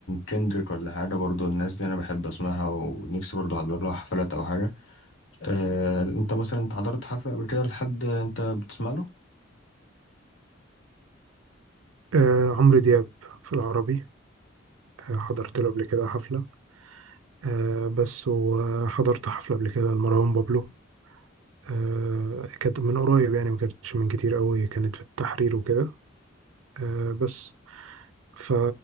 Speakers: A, on the left; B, on the right.
A: كندريك ولا حاجة برضو الناس دي أنا بحب أسمعها ونفسي برضو أحضر لها حفلات أو حاجة آه، أنت مثلا أنت حضرت حفلة قبل كده لحد أنت بتسمع له؟
B: آه، عمرو دياب في العربي آه، حضرت له قبل كده حفلة آه بس وحضرت حفلة قبل كده لمروان بابلو آه كانت من قريب يعني ما كانتش من كتير قوي كانت في التحرير وكده آه بس ف